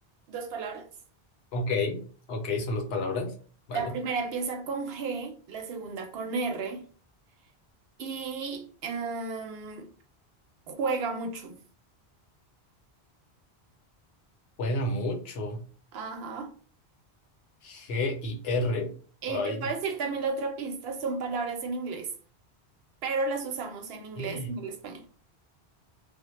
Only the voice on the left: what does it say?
Ok, ok, son las palabras. Vale.
Juega mucho.
G y R.
Ay,
Dios.
mío.